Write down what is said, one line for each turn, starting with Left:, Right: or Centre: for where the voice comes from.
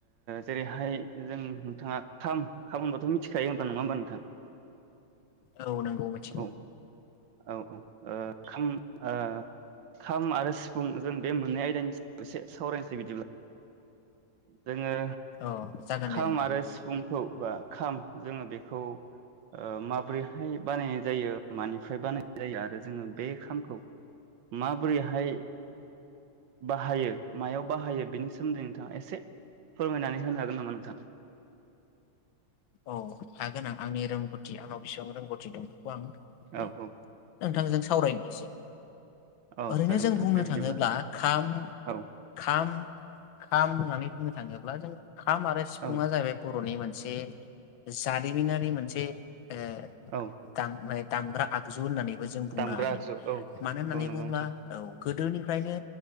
Right: जेरैहाय जों नोंथाङा खाम खाम होनबाथ' मिथिखायो होनबा नङा होमबा नोंथां
Left: औ नंगौ मिथिगौ
Right: औ औ औ ओ खाम ओ खाम आरो सिफुं जों बे मोननै आयदानि सायाव एसे सावरायनोसै बिदिब्ला जोङो
Left: औ जागोन
Right: खाम
Left: दे नोंथां
Right: आरो सिफुं खौ बा खाम जोङो बेखौ माब्रैहाय बानायनाय जायो मानि फ्राय बानाय जायो आरो जोङो बे खामखौ माबोरैहाय बाहायो मायाव बाहायो बेनि सोमोन्दै नोंथाङा एसे फोरमायनानै होनो हागोन नामा नोंथां
Left: औ हागोन आं आंनि रोंगौथि आंनाव बेसेबां रोंगौथि दं आं नोंथांजों
Right: औ औ
Left: सावरायनि एसे
Right: औ
Left: ओरैनो
Right: जागोन
Left: जों
Right: नोंथां
Left: बुंनो
Right: दे
Left: थाङोब्ला
Right: बिदिब्ला
Left: खाम
Right: औ
Left: खाम खाम होननानै बुंनो थाङोब्ला जों खाम आरो सिफुङा
Right: औ
Left: जाहैबाय बर'नि मोन बे जारिमिनारि मोनसे बे ए
Right: औ
Left: <unintelligible> दामग्रा आगजु होननानै जों बुंनो
Right: दामग्रा
Left: हायो
Right: आगजु औ
Left: मानो होननानै
Right: औ नंगौ
Left: बुङोब्ला
Right: नोंथां
Left: औ गोदोनिफ्रायनो